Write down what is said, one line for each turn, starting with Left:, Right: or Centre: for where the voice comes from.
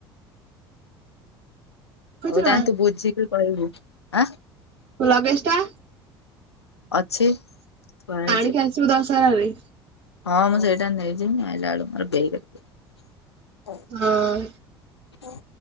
Right: ବୁଝୁଛୁ
Left: ହଉ
Right: ନା
Left: ତାହାଲେ ତୁ ବୁଝିକି କହିବୁ ଆଁ?
Right: ତୋ ଲଗେଜ ଟା?
Left: ଅଛି ଥୁଆ ହେଇଚି।
Right: ଆଣିକି ଆସିବୁ ଦଶହରାରେ
Left: ହଁ ମୁଁ ସେଇଟା ନେଇଯିନି ଆଇଲା ବେଳୁ ମୋର ବେକେ ରେ ପୁରେଇ
Right: ହଁ।
Left: ହୁଁ।